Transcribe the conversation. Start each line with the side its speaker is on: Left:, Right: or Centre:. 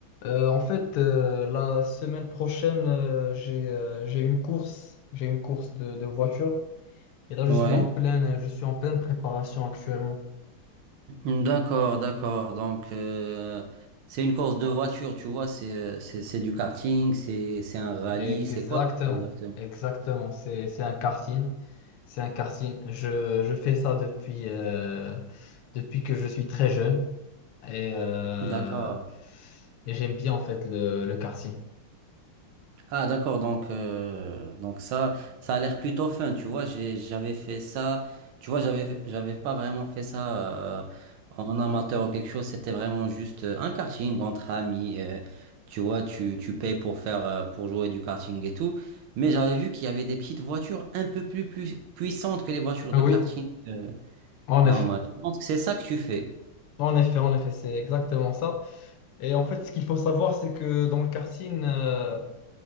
Left: Euh, en fait, euh, la semaine prochaine, euh, j'ai euh, j'ai une course, j'ai une course de, de voiture. Et là, je
Right: Ouais,
Left: suis en pleine, je suis en pleine préparation actuellement.
Right: d'accord, d'accord. Donc, euh, c'est une course de voiture, tu vois, c'est euh, c'est c'est du karting, c'est c'est un rallye,
Left: Exactement,
Right: c'est quoi exactement?
Left: exactement. C'est c'est un karting, c'est un karting. Je, je fais ça depuis euh, depuis que je suis très jeune et, euh,
Right: D'accord.
Left: et j'aime bien en fait le le karting.
Right: Ah d'accord, donc, euh, donc ça, ça a l'air plutôt fun, tu vois, j'ai, j'avais fait ça, tu vois, j'avais, fait- j'avais pas vraiment fait ça euh, en amateur ou quelque chose, c'était vraiment juste euh, un karting entre amis, euh, tu vois, tu, tu payes pour faire, euh, pour jouer du karting et tout, mais j'avais vu qu'il y avait des petites voitures un peu plus, plus puissantes que les voitures
Left: Ah
Right: de
Left: Oui,
Right: karting. euh,
Left: en
Right: normales.
Left: effet.
Right: je pense que c'est ça que tu fais.
Left: En effet, en effet, c'est exactement ça. Et en fait, ce qu'il faut savoir, c'est que dans le karting, euh,